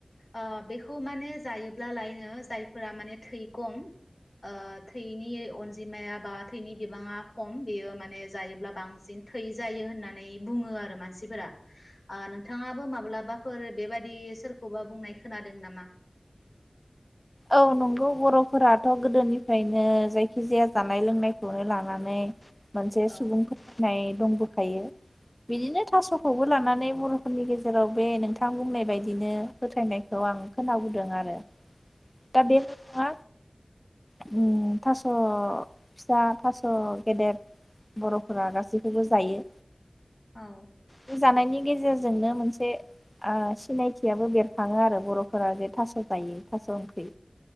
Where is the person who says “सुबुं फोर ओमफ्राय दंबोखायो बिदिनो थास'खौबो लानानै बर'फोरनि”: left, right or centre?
Left